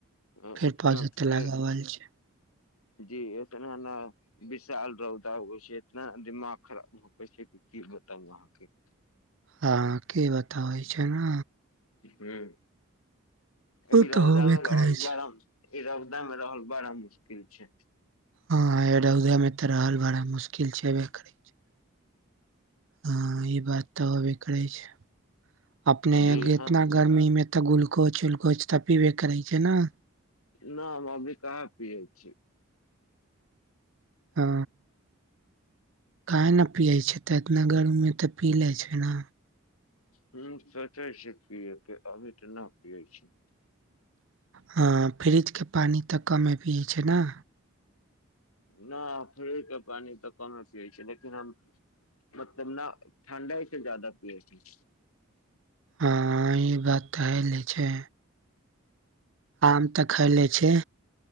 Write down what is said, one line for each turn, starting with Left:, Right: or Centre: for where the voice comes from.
Left: अ
Right: पेड़-पौधा
Left: एतना
Right: ते
Left: पेड़
Right: लगावल छै
Left: जी इतना न विशाल रौदा होइ छै इतना दिमाग खराब होइ छै कि ब ताउ आहाँके
Right: हँ की बताबै छै न
Left: हूं अभी
Right: उ
Left: रौदामे
Right: ते होबे
Left: रहल
Right: करे छै
Left: बराम ई रौदा मे रहल बड़ा मुश्किल छै
Right: हँ रौदेमे तऽ रहल बाड़ा मुश्किल छेबे करै छै हँ ई बात तऽ होते करै छै अपने
Left: जी हँ
Right: इतना गर्मी मे तऽ ग्लुकोज उलकोज तऽ पीबे करै छै न
Left: न हम अभी कहाँ पियै छी
Right: ह काहे न पियै छै तऽ इतना गरमी मे तऽ पी लै छै ना
Left: हूं सोचय छी पिये के अभी तऽ ना पियै छी
Right: हँ फ्रिजके पानी तऽ कमे पियै छै ना
Left: न फ्रीज के पानि तऽ कमे पियै छै लेकिन हम मतलब न ठण्डअइ से जादा पियए छै
Right: हँ ई बात त हयले छै आम तऽ खयले छै